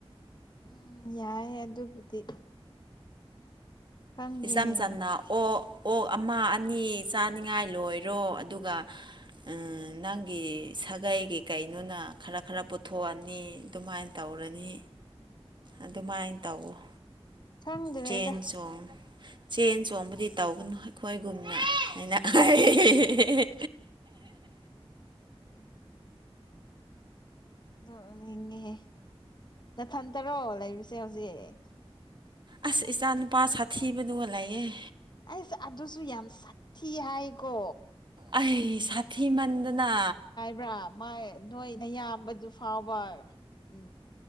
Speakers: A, on the left; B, on the right.
A: ꯎꯝ ꯌꯥꯏ ꯑꯗꯨꯕꯨꯗꯤ ꯈꯪꯗꯦꯅꯦ
B: ꯏꯆꯝ ꯆꯝꯅ ꯑꯣ ꯑꯣꯛ ꯑꯃ ꯑꯅꯤ ꯆꯥꯅꯤꯉꯥꯏ ꯂꯣꯏꯔꯣ ꯑꯗꯨꯒ ꯎꯝ ꯅꯪꯒꯤ ꯁꯥꯒꯩꯒꯤ ꯀꯩꯅꯣꯅ ꯈꯔ ꯈꯔ ꯄꯨꯊꯣꯛꯑꯅꯤ ꯑꯗꯨꯃꯥꯏꯅ ꯇꯧꯔꯅꯤ ꯑꯗꯨꯃꯥꯏꯅ ꯇꯧꯋꫭ
A: ꯈꯪꯗ꯭ꯔꯦꯗ
B: ꯆꯦꯟ ꯆꯣꯡ ꯆꯦꯟ ꯆꯣꯡꯕꯗꯤ ꯇꯧꯒꯅꯨ ꯑꯩꯈꯣꯏꯒꯨꯝꯅ ꯍꯥꯏꯅ ꯑꯩ
A: ꯅꫭꯛꯅꯤꯡꯉꯤꯍꯦ ꯅꯊꯟ ꯇꯔꯣ ꯂꯩꯕꯁꯦ ꯍꯧꯖꯤꯛ
B: ꯑꯁ ꯏꯆꯥ ꯅꯨꯄꯥ ꯁꯥꯊꯤꯕꯗꯨꯒ ꯂꯩꯑꯦ
A: ꯑꯩꯁ ꯑꯗꯨꯁꯨ ꯌꯥꯝ ꯁꯥꯊꯤ ꯍꯥꯏꯀꯣ
B: ꯑꯩ ꯁꯥꯊꯤꯃꯟꯗꯅ
A: ꯭ꯔ ꯃꯥꯏ ꯅꯣꯏ ꯅꯌꯥꯝꯕꯗꯨ ꯐꯥꯎꯕ ꯎ